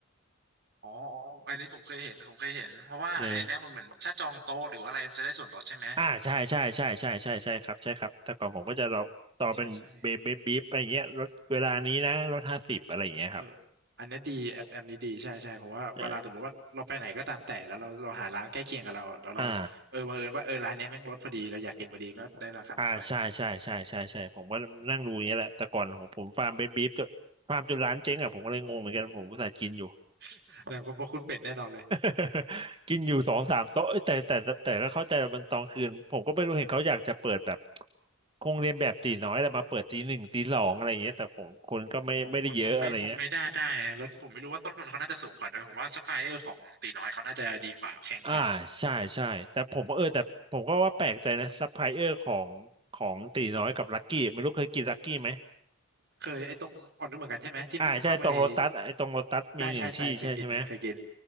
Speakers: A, on the right; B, on the right.
A: อ๋ออ๋ออันนี้ผมเคยเห็น ผมเคยเห็น เพราะว่าไอ้เนี่ยมันเหมือนถ้าจองโต๊ะหรือว่าอะไรมันจะได้ส่วนลดใช่ไหม
B: เอออ่าใช่ใช่ใช่ใช่ใช่ใช่ครับใช่ครับแต่ก่อนผมก็จะรอต่อเป็นเบบี้บีอะไรเงี้ยลดเวลานี้นะลดห้าสิบอะไรอย่างเงี้ยครับ
A: ใช่ใช่เอออันเนี้ยดีแอปแอปนี้ดีใช่ใช่ผมว่าเวลาสมมติว่าเราไปไหนก็ตามแต่แล้วเราเราหาร้านใกล้เคียงกับเราแล้วเราเออบังเอิญว่าเออร้านเนี้ยแม่งลดพอดีเราอยากกินพอดีก็ได้ราคาลดไป
B: เอออ่า อ่าใช่ใช่ใช่ใช่ใช่ผมก็นั่งดูอย่างเงี้ยแหละแต่ก่อนผมผมฟาร์มเบสบีฟจนฟาร์มจนร้านเจ๊งอ่ะผมก็เลยงงเหมือนกันผมก็สายกินอยู่
A: <laughs> เนี่ยเพราะเพราะคุณเป็ดแน่นอนเลย
B: <laughs> กินอยู่สองสามโต๊ะเอ้ยแต่แต่แต่แต่ก็เข้าใจว่ามันตอนคืนผมก็ไม่รู้เห็นเขาอยากจะเปิดแบบคงเรียนแบบตีน้อยแต่มาเปิดตีหนึ่งตีสองอะไรอย่างเงี้ยแต่ผมคนก็ไม่ไม่ได้เยอะอะไรเงี้ย
A: ของคุณคงไม่คงไม่ได้ได้นะแล้วผมไม่รู้ว่าต้นทุนเขาน่าจะสูงกว่าด้วยผมว่าซัพพลายเออร์ของตีน้อยเขาน่าจะดีกว่าแข่งกว่า
B: อ่าใช่ใช่แต่ผมเออแต่ผมก็ว่าแปลกใจนะซัพพลายเออร์ของของตีน้อยกับลักกี้ไม่รู้เคยกินลักกี้ไหม
A: เคยไอ้ตรงอ่อนนุ่มเหมือนกันใช่ไหมที่มันอยู่เข้ามาใน
B: อ่าใช่ตรงโลตัสไอ้ตรงโลตัสมีหนึ่งที่ใช่ใช่ไหม
A: ได้ใช่ใช่เคยกินนะเคยกิน